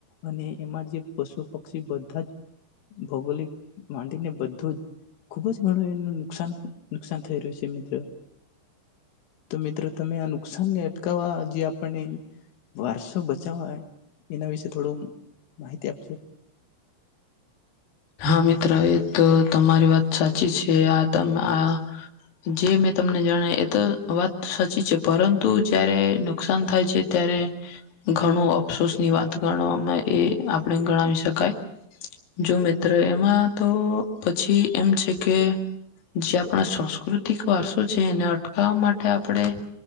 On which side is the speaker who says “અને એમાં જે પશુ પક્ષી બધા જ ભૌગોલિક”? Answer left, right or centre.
Left